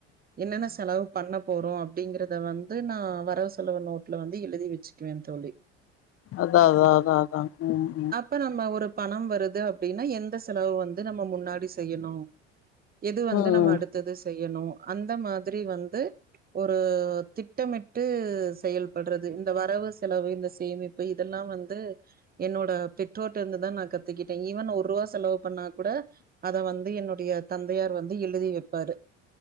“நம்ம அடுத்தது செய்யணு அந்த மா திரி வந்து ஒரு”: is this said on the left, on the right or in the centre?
Right